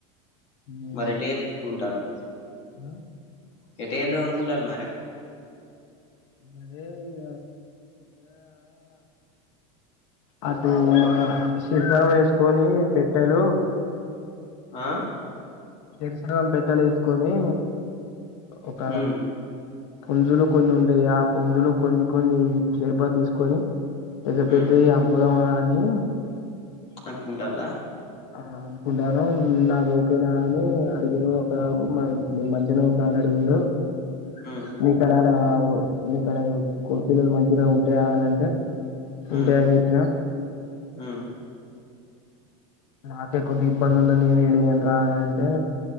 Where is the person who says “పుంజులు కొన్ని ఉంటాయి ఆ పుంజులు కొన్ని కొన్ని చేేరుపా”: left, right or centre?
Left